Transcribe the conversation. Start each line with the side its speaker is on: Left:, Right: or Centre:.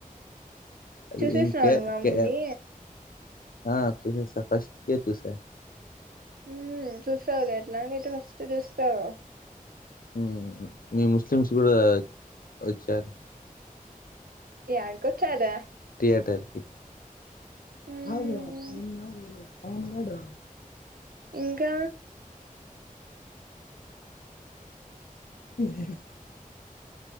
Left: అది
Right: చూసేసినావా
Left: ఇంకే
Right: నువ్వు ఆ
Left: కే
Right: మూవీ
Left: ఆ చూసేశా ఫస్ట్ కే చూసా
Right: హ్మ్ చూస్తావులే అట్లాంటివైతే ఫస్ట్ చూస్తావ్
Left: హ్మ్ మీ ముస్లిమ్స్ కూడా వచ్చార్
Right: యాడికొచ్చార్రా
Left: థియేటర్ కి
Right: మ్మ్
Left: అవును నిన్న ఊ ఆ ఉన్నాడు
Right: ఇంకా
Left: <unintelligible> <inaudible>